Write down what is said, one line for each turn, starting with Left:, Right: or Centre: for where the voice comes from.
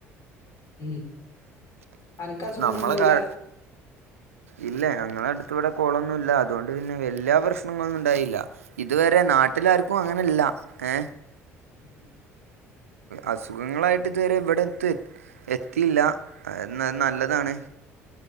Left: ഉം അനക്ക് അസുഖൊന്നും
Right: നമ്മളെ
Left: ഉണ്ടായില്ല
Right: കാഴ ഇല്ലേ ഞങ്ങളെ അടു വിടെ കുളൊന്നും ഇല്ല അതുകൊണ്ട് പിന്നെ വല്യ പ്രശ്നങ്ങളൊന്നും ഉണ്ടായില്ല ഇതുവരെ നാട്ടില് ആർക്കും അങ്ങനെല്ല ഏ
Left: ഉം
Right: അസുഖങ്ങളായിട്ട് ഇതുവരെ ഇവിടെ <unintelligible> എത്തിയില്ല എന്ന് നല്ലതാണ്